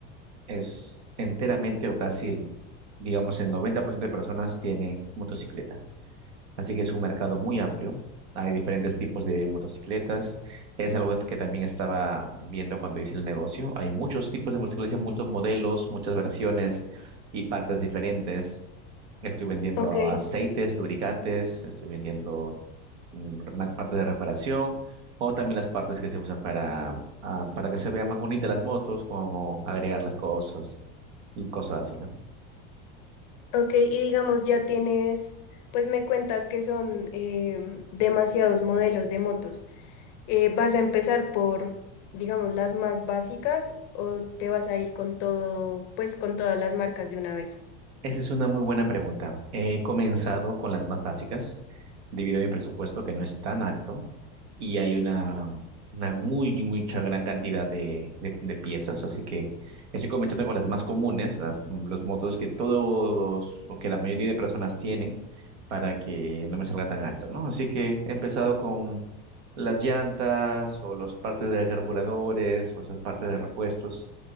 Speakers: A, on the right; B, on the left.
A: es enteramente o casi, el- digamos, el 90% de personas tiene motocicleta. Así que es un mercado muy amplio. Hay diferentes tipos de motocicletas. Es algo que también estaba viendo cuando hice el negocio. Hay muchos tipos de motocicletas, muchos modelos, muchas versiones y partes diferentes. Estoy vendiendo
B: Ok.
A: aceites, lubricantes, estoy vendiendo mm, ma- partes de reparación o también las partes que se usan para, ah, para que se vean más bonitas las motos, como agregarles cosas y cosas así, ¿no?
B: Ok, y digamos ya tienes, pues me cuentas que son em, demasiados modelos de motos. Eh, ¿vas a empezar por, digamos, las más básicas o te vas a ir con todo, pues con todas las marcas de una vez?
A: Esa es una muy buena pregunta. He comenzado con las más básicas, debido a mi presupuesto que no es tan alto y hay una, una muy, mucha gran cantidad de, de- de piezas, así que estoy comenzando con las más comunes, las- los motos que todos o que la mayoría de personas tienen para que no me salga tan alto, ¿no? Así que he empezado con las llantas o las partes de carburadores o esas partes de repuestos